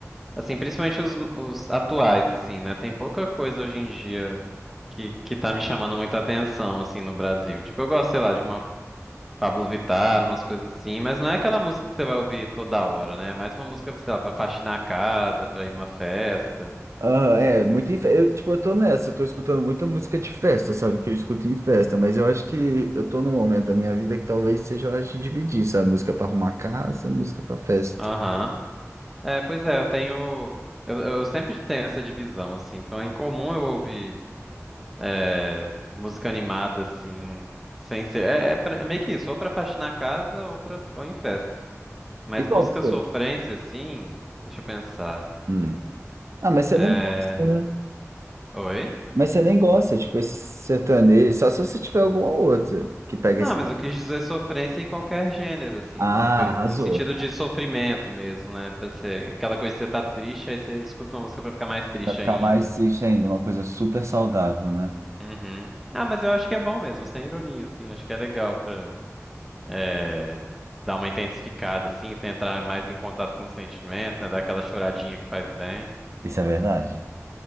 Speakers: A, in the centre; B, on the right.
A: Assim, principalmente os, os atuais, assim, né? Tem pouca coisa hoje em dia que, que tá me chamando muita atenção, assim, no Brasil. Tipo, eu gosto, sei lá, de uma Pablo Vittar, umas coisas assim, mas não é aquela música que você vai ouvir toda hora, né? É mais uma música, sei lá, pra faxinar a casa, pra ir numa festa.
B: Aham, é, muito em festa. Eu, tipo, eu tô nessa, eu tô escutando muita música de festa, sabe? Que eu escuto em festa, mas eu acho que eu tô num momento da minha vida que talvez seja hora de dividir, sabe? Música pra arrumar casa, música pra festa.
A: Aham. É, pois é, eu tenho. Eu, eu sempre tenho essa divisão, assim. Então é incomum eu ouvir é, música animada, assim, sem ser. É, é pra- é meio que isso, ou pra faxinar a casa ou, pra, ou em festa. Mas
B: E qual
A: música
B: que você?
A: sofrência, assim, deixa eu pensar.
B: Hum. Ah, mas você
A: É...
B: nem gosta, né?
A: Oi?
B: Mas você nem gosta, tipo, esse sertanejo, só se você tiver alguma outra que pega
A: Não,
B: esse.
A: mas eu quis dizer sofrência em qualquer gênero, assim,
B: Ah,
A: né? Porque
B: arrasou.
A: no sentido de sofrimento mesmo, né? Pra ser aquela coisa que você tá triste, aí você escuta uma música pra ficar mais triste
B: Vai ficar
A: ainda.
B: mais triste ainda, uma coisa super saudável, né?
A: Uhum. Ah, mas eu acho que é bom mesmo, sem ironia, assim. Acho que é legal pra é, dar uma intensificada, assim, você entrar mais em contato com os sentimentos, né? Dar aquela choradinha que faz bem.
B: Isso é verdade.